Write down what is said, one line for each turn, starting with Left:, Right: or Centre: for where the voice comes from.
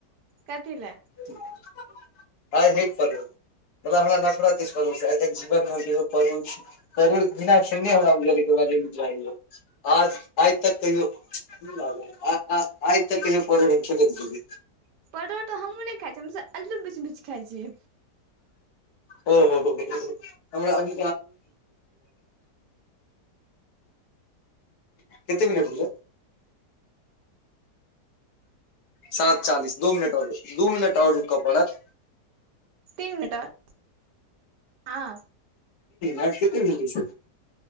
Right: कथि ले
Left: ह आइ कर हमरा नफड़ती कर छै, आइ जीवन मे छै जरूर बिना हमरा लऽ आ। आइ तऽ कहियो आइ तऽ कहियो हम परोर
Right: परोर तऽ हमहूँ नहि खाइ छी हम अल्लू बिछ बिछ खाइ छीयै।
Left: ओ, हो हो हम अभ कते, मिनट भेले। सात चालीस दू मिनट ओर दू मिनट ओर रुकऽ पड़त।
Right: तीन मिनट। आ।
Left: आ कत होतै छै।